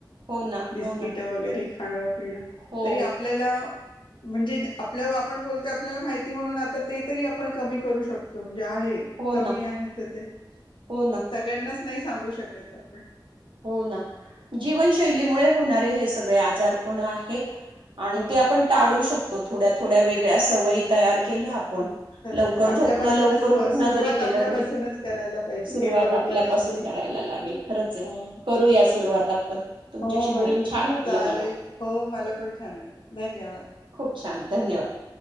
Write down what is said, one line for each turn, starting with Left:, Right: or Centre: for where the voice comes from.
Right: हो ना
Left: बिस्किट
Right: हो ना
Left: वगैरे खाणं पिणं
Right: हो
Left: तरी आपल्याला. म्हणजे आपल्या आपण बोलतोय आपल्याला माहिती म्हणून आता ते तरी आपण कमी करू शकतो. तो म्हणजे आहे
Right: हो
Left: कमी
Right: ना
Left: आहे तर ते
Right: हो ना
Left: सगळ्यांनाच नाही सांगू शकत आपण,
Right: हो ना जीवनशैलीमुळे होणारे हे सगळे आजार पण आहेत. आणि
Left: हो
Right: ते आपण टाळू शकतो, थोड्या थोड्या वेगळ्या सवयी तयार केल्या आपण.
Left: खरंच
Right: लवकर
Left: आहे आपल्यापासूनच
Right: झोपण लवकर
Left: सु
Right: उठण
Left: सुरुवात
Right: जरी केलं
Left: आपल्यापासूनच
Right: तरी,
Left: करायला पाहिजे
Right: सुरुवात
Left: हे बरोबर
Right: आपल्यापासून
Left: आहे अगदी
Right: करायला लागेल. नाही खरंचय ख
Left: हो
Right: करूया सुरुवात
Left: चालेल
Right: आपण तुमच्याशी
Left: हो मॅडम
Right: बोलून छान वाटल
Left: चालेल
Right: मला
Left: हो मला पण छान वाटलं धन्यवाद
Right: खूप छान, धन्यवाद.